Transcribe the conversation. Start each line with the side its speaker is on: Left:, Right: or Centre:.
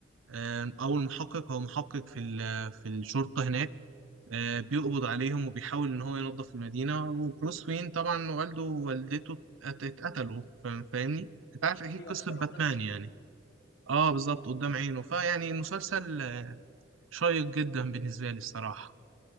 Right: آه او المحقق هو محقق في ال... في الشرطه هناك آه بيقبض عليهم وبيحاول ان هو ينظف المدينه وبروس وين طبعا والده ووالدته ات- اتقتلوا فاهم- فاهمني انت عارف اكيد
Left: ايوه
Right: قصه
Left: اتقتل
Right: باتمان
Left: قدام عيني
Right: يعني اه بالظبط قدام عينه فيعني المسلسل آه، شيق جدا بالنسبة لي الصراحة